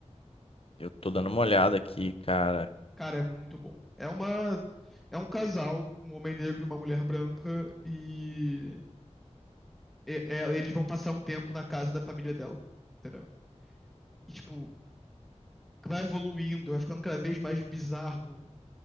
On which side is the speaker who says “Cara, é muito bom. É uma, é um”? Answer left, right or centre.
Centre